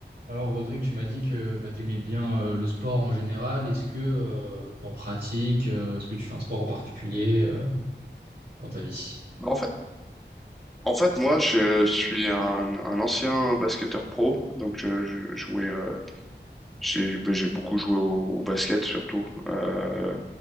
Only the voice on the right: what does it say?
Alors, Rodrigue, tu m'as dit que bah, tu aimais bien euh, le sport en général. Est-ce que tu en pratiques? euh, est-ce que tu fais un sport en particulier euh, dans ta vie?